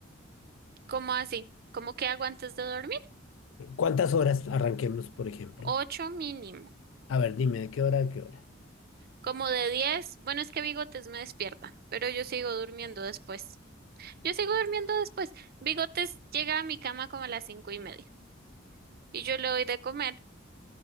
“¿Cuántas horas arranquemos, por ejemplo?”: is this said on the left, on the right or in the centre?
Left